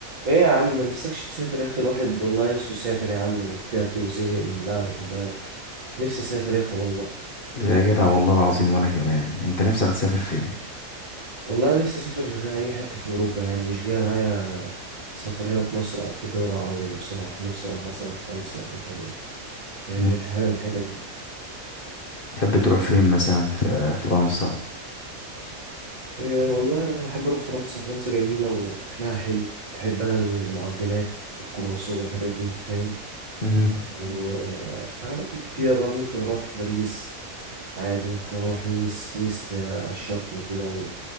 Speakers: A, on the right; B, on the left.
A: ايه يا عم ما نفسكش تسافر يا اخي الواحد والله نفسه يسافر يا عم بجد وزهق من القعده في البلد نفسي اسافر يا اخي والله
B: يا جدع والله العظيم وانا كمان انت نفسك تسافر فين
A: والله انا نفسي اسافر اي حته في اوروبا يعني مش جاي معايا سفر هنا في مصر او في الدول العربيه بصراحه نفسي اروح مثلا فرنسا او ايطاليا فاهمني
B: مم.
A: حاجه من الحتت دي
B: تحب تروح فين مثلا في فرنسا
A: إيه والله انا احب اروح فرنسا فرنسا جميله واكلها حلو بحب انا المعجنات والكرواسون والحاجات دي انت فاهم
B: مم.
A: وفي اماكن كتيره بقى ممكن اروح باريس عادي ممكن أروح نيس نيس آه، على الشط وكده